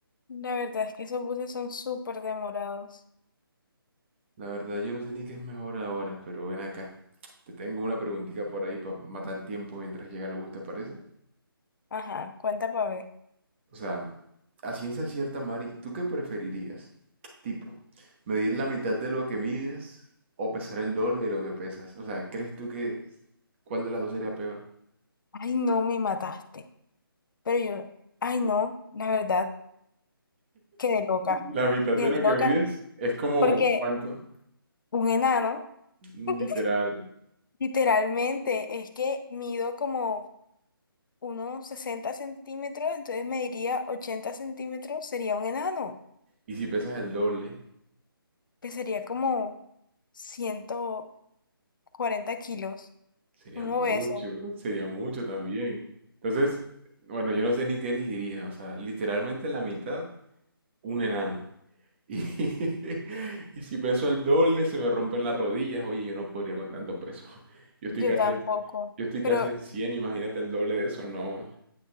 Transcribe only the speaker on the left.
La verdad es que esos buses son súper demorados.
Ajá, cuenta para ver.
Ay, no, me mataste. Pero yo, ay, no, la verdad, quedé loca.
Quedé
loca
porque
un enano,
<laughs>
literalmente, es que mido como unos 60 centímetros, entonces me diría 80 centímetros, sería un enano.
que sería como ciento cuarenta kilos,
un
obeso.
Yo
tampoco,
pero,